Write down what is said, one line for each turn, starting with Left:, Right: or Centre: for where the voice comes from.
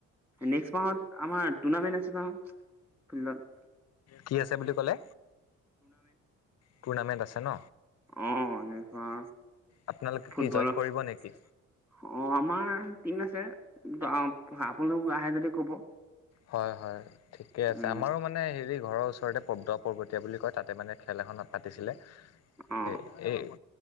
Centre: নেক্স মাহত আমাৰ টুৰ্ণামেন্ট আছে ন ফিল্ডত।
Left: কি আছে বুলি ক'লে টুৰ্ণামেণ্ট আছে ন,
Centre: অঁ এনেকুৱা
Left: আপোনালোকে
Centre: ফুটবল
Left: কি জইন
Centre: অ
Left: কৰিব নেকি
Centre: আমাৰ টিম আছে আপোনালোকে আহে যদি কব।
Left: হয় হয় ঠিকেই আছে
Centre: উম,
Left: আমাৰো মানে হেৰি ঘৰৰ ওচৰতে প্দ পৰ্বতীয়া বুলি কয় তাতে মানে খেল এখন পাতিছিলে,
Centre: অ',
Left: এ এই